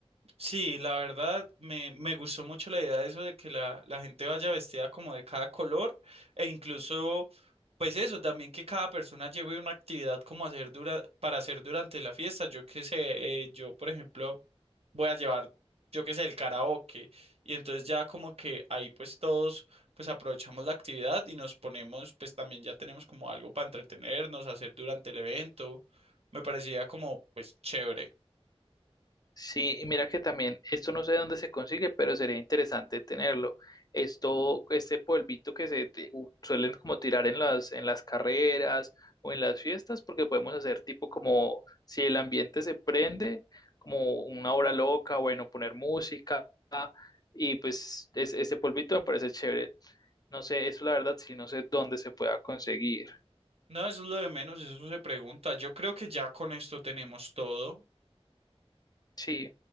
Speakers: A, on the right; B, on the left.
A: Sí, la verdad me, me gustó mucho la idea de eso de que la, la gente vaya vestida como de cada color e incluso, pues eso, también que cada persona lleve una actividad como hacer dura, para hacer durante la fiesta. Yo qué sé, eh, yo por ejemplo... voy a llevar, yo qué sé, el karaoke. Y entonces ya como que ahí pues todos pues aprovechamos la actividad y nos ponemos, pues también ya tenemos como algo para entretenernos, hacer durante el evento. Me parecía como pues chévere.
B: Sí, y mira que también, esto no sé de dónde se consigue, pero sería interesante tenerlo. Esto, este polvito que se te- u- suelen como tirar en las, en las carreras o en las fiestas, porque podemos hacer tipo como si el ambiente se prende, como una hora loca, bueno, poner música, y pues es- ese polvito me parece chévere. No sé, eso la verdad, sí, no sé dónde se pueda conseguir.
A: No, eso es lo de menos, eso se pregunta. Yo creo que ya con esto tenemos todo.
B: Sí.